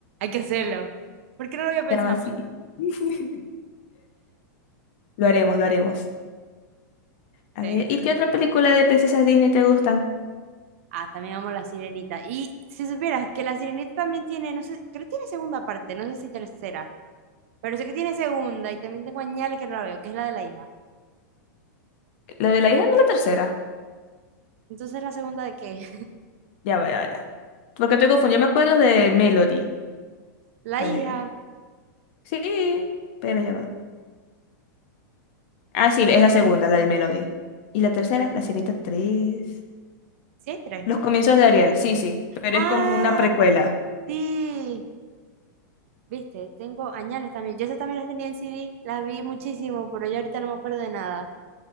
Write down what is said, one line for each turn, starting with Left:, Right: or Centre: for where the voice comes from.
Right: que hacerlo. ¿Por qué no lo había pensado?
Left: Se llama así. <laughs> Lo haremos, lo haremos. A
Right: Sí,
Left: ver,
Right: hay que hacerlo.
Left: ¿y qué otra película de princesas Disney te gustan?
Right: Ah, también amo La Sirenita. Y si supieras que La Sirenita también tiene, no sé, creo que tiene segunda parte, no sé si tercera, pero sé que tiene segunda y también tengo añales que no la veo, que es la de la hija.
Left: ¿La de la hija no es la tercera?
Right: Entonces, ¿la segunda de qué?
Left: Ya va, ya, ya. Porque estoy confundida me acuerdo de Melody.
Right: La
Left: A
Right: hija.
Left: ver. Sí, pero ya va. Ah, sí, es la segunda, la de Melody. ¿Y la tercera? La Sirenita tres
Right: Sí, hay tres.
Left: Los comienzos de Ariel, sí, sí, pero
Right: Ah,
Left: es como una precuela.
Right: sí. Viste, tengo añales también. Yo esas también las tenía en CD, las vi muchísimo, pero ya ahorita no me acuerdo de nada.